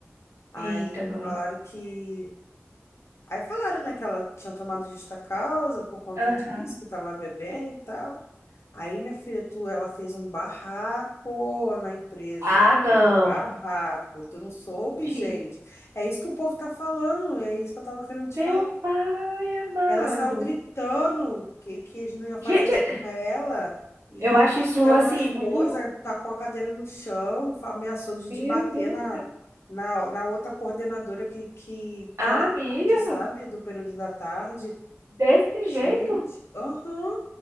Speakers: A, on the left; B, on the right.
A: Aí
B: Eita, nós.
A: falaram que. Aí falaram, né, que ela tinha tomado justa causa por conta
B: Aham.
A: disso, que tava bebendo e tal. Aí, minha filha, tu, ela fez um barraco na empresa.
B: Ah, não.
A: Um barraco. Tu não soube,
B: Gente,
A: gente. É isso que o povo tá falando. É isso que eu tava querendo te
B: meu
A: falar.
B: pai amado.
A: Ela saiu gritando que, que eles não iam fazer
B: Gente,
A: isso com ela e
B: eu acho
A: batendo
B: isso assim
A: nas
B: muito.
A: coisas, aí tacou a cadeira no chão, fa- ameaçou de,
B: Meu
A: de bater
B: Deus.
A: na, na, na outra coordenadora que, que,
B: Ah,
A: que é da
B: amiga,
A: tarde, sabe? Do período da tarde.
B: desse
A: Gente,
B: jeito?
A: aham.